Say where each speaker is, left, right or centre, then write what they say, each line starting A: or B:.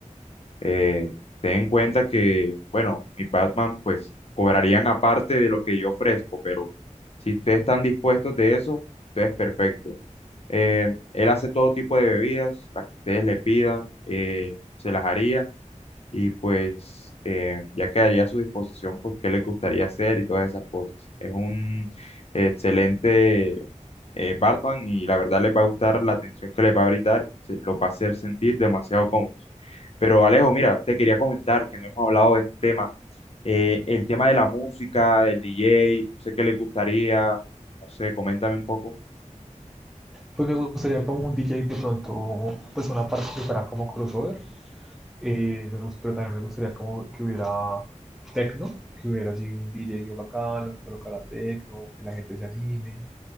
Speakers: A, on the left; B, in the centre.
A: Eh, ten en cuenta que, bueno, mis Batman pues cobrarían aparte de lo que yo ofrezco, pero si ustedes están dispuestos de eso, entonces perfecto. Eh, él hace todo tipo de bebidas, las que ustedes le pidan, eh, se las haría y pues eh, ya quedaría a su disposición pues qué les gustaría hacer y todas esas cosas. Es un excelente eh, barman y la verdad les va a gustar la atención que les va a brindar, se- los va a hacer sentir demasiado cómodos. Pero Alejo, mira, te quería comentar que no hemos hablado de este tema, eh, el tema de la música, del DJ, no sé qué les gustaría, no sé, coméntame un poco.
B: Pues me gustaría como un DJ de pronto, pues una parte que fuera como crossover, eh, me gust- pero también me gustaría como que hubiera techno, que hubiera así un DJ bien bacano, que colocara techno, que la gente se anime.